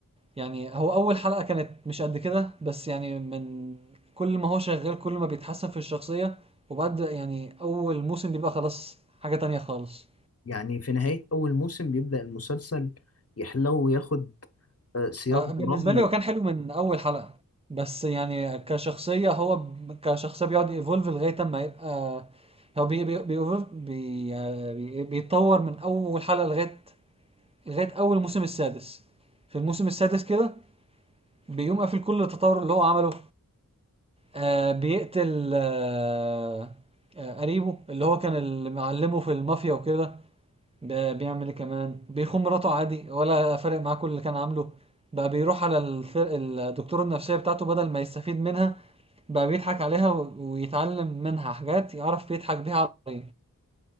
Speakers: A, on the right (about 20°); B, on the left (about 45°).
A: يعني هو اول حلقة كانت مش قد كده بس يعني من كل ما هو شغال كل ما بيتحسن في الشخصية وبعد يعني اول موسم بيبقى خلاص حاجة تانية خالص
B: يعني في نهاية اول موسم بيبدأ المسلسل يحلو وياخد آه، سياق
A: آه، بالنسبة
B: درامي
A: لي هو كان حلو من اول حلقة بس يعني كشخصية هو ب- كشخصية بيقعد يفولف لغاية ما يبقى هو بي بي بي evolve- بي آه، بي- بيتطور من اول حلقة لغاية لغاية اول موسم السادس في الموسم السادس كده بيقوم قافل كل التطور اللي هو عمله آه بيقتل آه آه قريبه اللي هو كان اللي معلمه في المافيا وكده ده بيعمل ايه كمان بيخون مراته عادي ولا فارق معاه كل اللي كان عامله بقى بيروح على الفرق الدكتور النفسية بتاعته بدل ما يستفيد منها بقى بيضحك عليها و- ويتعلم منها حاجات يعرف يضحك بيها على-